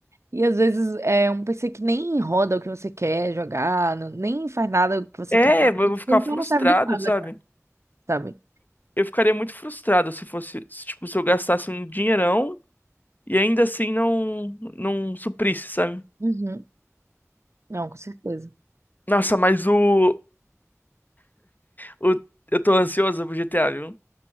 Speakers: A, on the right; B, on the left.
A: E às vezes é um PC que nem roda o que você quer jogar, não- nem faz nada o que você
B: É,
A: quer fazer.
B: eu vou
A: Tipo,
B: ficar
A: então
B: frustrado,
A: não serve de nada,
B: sabe?
A: cara, sabe?
B: Eu ficaria muito frustrado se fosse, se, tipo, se eu gastasse um dinheirão e ainda assim não, não suprisse, sabe?
A: Uhum. Não, com certeza.
B: Nossa, mas o, o. Eu tô ansioso pro GTA, viu?